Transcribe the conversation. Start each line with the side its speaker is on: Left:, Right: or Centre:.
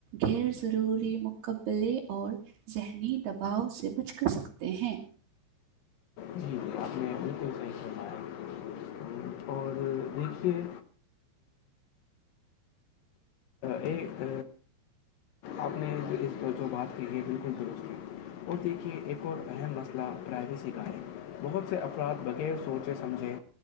Right: غیر ضروری قبلے اور ذہنی دباؤ سے بچ کر سکتے ہیں
Left: جی جی آپ نے ابھی تو صحیح کہنا ہے اور تو دیکھیے یہ اپنے اور جو بات کےیے بالکل درستی اور دیکھیے ایک اور اہم مسئلہ پرائیویسی کا ہے بہت سے افراد بغیر سوچے سمجھے